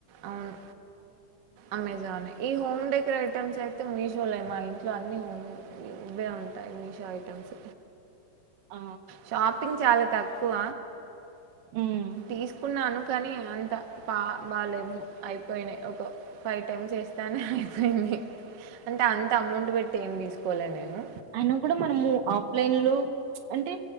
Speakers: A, on the right; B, on the right.
A: అవును అమెజాన్ ఈ హోమ్ డెకరేటమ్స్ అయితే మీ షో షోలే మా ఇంట్లో అన్ని ఇవే ఉంటాయి మీషో ఐటమ్స్
B: ఆ
A: షాపింగ్ చాలా తక్కువ
B: ఉమ్.
A: తీసుకున్నాను కానీ అంత పా బాలేము అయిపోయినాయి ఒక ఫైవ్ టైమ్స్ వేస్ తను అయిపోయింది అంటే అంత అమౌంట్ పెట్టి ఏం తీసుకోలేదు నేను
B: అయిన కూడా మనము ఆఫ్లైన్ లో అంటే